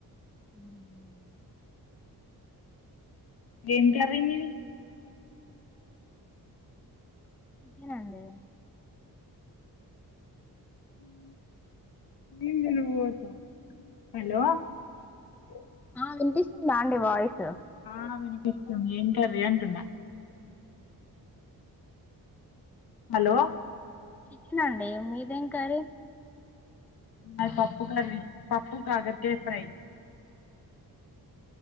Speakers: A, in the centre; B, on the left.
A: ఉ హ్మ్
B: ఏం కర్రీ మీది
A: చికెన్ అండి
B: <unintelligible>
A: ఆ వినిపిస్తుందా అండి వాయిస్
B: ఆ వినిపిస్తుంది ఏం కర్రీ అంటున్నా హలో
A: చికెన్ అండి మీదేం కర్రీ
B: మాది పప్పు కర్రీ. పప్పు కాకరకాయ ఫ్రై